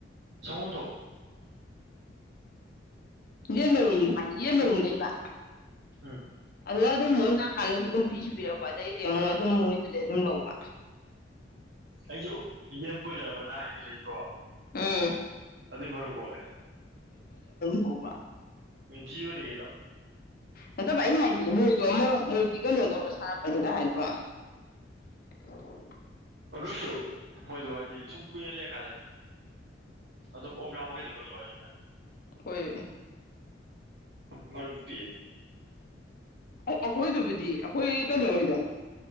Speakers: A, on the right; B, on the left.
A: ꯁꯒ ꯊ
B: ꯌꯦꯟꯕꯔꯨꯝ ꯍꯥꯏꯗꯤ ꯌꯦꯟꯕꯔꯨꯝ ꯂꯩꯕ
A: ꯑꯝ
B: ꯑꯗꯨꯗ ꯑꯗꯨꯝ ꯃꯣꯏ ꯂꯥꯛꯀꯥꯟꯗꯁꯨ ꯑꯗꯨꯝ ꯄꯤꯁꯨ ꯄꯤꯔꯛꯄ ꯑꯗꯩꯗꯤ ꯑꯃꯨꯛ ꯑꯗꯨꯝ ꯃꯣꯏꯗꯨꯗꯤ ꯑꯗꯨꯝ ꯂꯧꯕ
A: ꯑꯩꯁꯨ ꯏꯖꯦꯝ ꯕꯣꯏꯂꯔ ꯑꯃꯅ ꯍꯥꯏꯅ ꯂꯩꯇ꯭ꯔꯣ
B: ꯎꯝ
A: ꯑꯗꯨ ꯃꯔꯨꯝ ꯀꯣꯂꯦ
B: ꯍꯕ꯭ꯔ
A: ꯖꯤꯕꯅꯤ ꯀꯩꯅꯣ
B: ꯅꯠꯇꯕ ꯑꯩ ꯍꯥꯏꯗꯤ ꯃꯣꯏꯗꯣ ꯑꯃ ꯃꯣꯏꯗꯤ ꯀꯩꯅꯣ ꯇꯧꯔꯒ ꯁꯥꯔꯛꯄꯅꯤꯒ ꯍꯥꯏꯗ꯭ꯔꯣ ꯑ
A: ꯂꯣꯏꯁꯨ ꯃꯣꯏꯗꯣ ꯍꯥꯏꯗꯤ ꯁꯨꯝ ꯀꯨꯏꯅ ꯂꯩ ꯀꯥꯟꯗꯗꯤ ꯑꯗꯨꯝ ꯑꯣꯒ꯭ꯔꯥ ꯃꯈꯩꯗ ꯂꯣꯏ ꯌꯥꯎꯔꯤꯅꯤꯅ
B: ꯍꯣꯏ
A: ꯃꯔꯨꯝ ꯄꯤꯑ
B: ꯑꯩꯈꯣꯏꯗꯨꯕꯨꯗꯤ ꯑꯩꯈꯣꯏ ꯀꯩꯅꯣ ꯑꯣꯏꯗꯣ